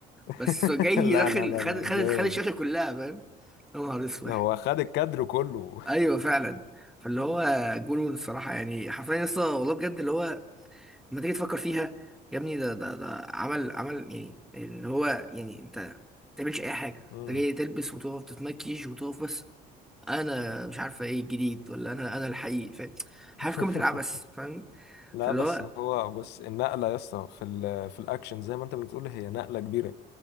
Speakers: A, on the left (about 80°); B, in the centre.
A: <laughs>
B: بس جاي
A: لا
B: داخل
A: لا لا
B: خد
A: لا
B: خد
A: جامد
B: خد الشاشة كلها فاهم يا نهار اسود
A: هو خد الكادر كله
B: ايوه فعلا فاللي هو جنون الصراحه يعني حرفيا لسه والله بجد اللي هو لما تيجي تفكر فيها يا ابني ده ده ده عمل عمل يعني اللي هو يعني انت ما تعملش اي حاجه
A: <laughs> مم.
B: انت جاي تلبس وتقف تتمكيش وتقف بس انا مش عارفه ايه الجديد ولا انا انا الحقيقي فاهم
A: <laughs>
B: عارف قيمه العبث فاهم
A: لا
B: فاللي
A: بس
B: هو
A: هو بص النقلة يا اسطى في ال في الأكشن زي ما أنت بتقول هي نقلة كبيرة